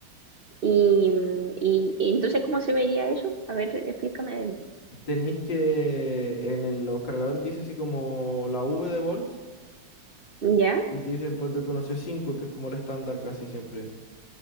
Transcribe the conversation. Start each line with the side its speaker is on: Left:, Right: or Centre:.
Right: Y, mm, y, y entonces, ¿cómo se vería eso? A ver, explícame.
Left: Tenéis que en el- los cargadores dice así como la V de volts
Right: Ya,
Left: y te dicen ponte tú no sé 5 que es como el estándar casi siempre.